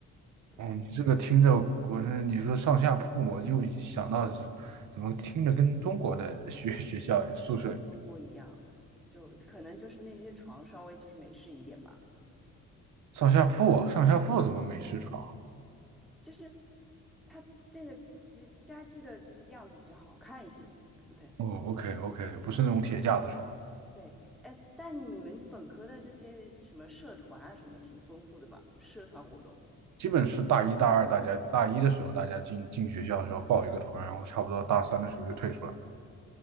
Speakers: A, in the centre; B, on the right.
A: 对，
B: 哦，你这个听着，我是你说上下铺，我就想到是怎么听着跟中国的学 <laughs> 学校宿舍
A: 就是跟中国一样，就可能就是那些床稍微就是美式一点吧。
B: 上下铺啊，上下铺怎么美式床？
A: 就是它那个家家具的这样子比较好看一些。对
B: 哦，OK OK，不是那种铁架子床。
A: 对，哎，但你们本科的这些什么社团啊，什么挺丰富的吧？社团活动
B: 基本是大一大二，大家大一的时候大家进进学校的时候报一个团，然后差不多大三的时候就退出来了。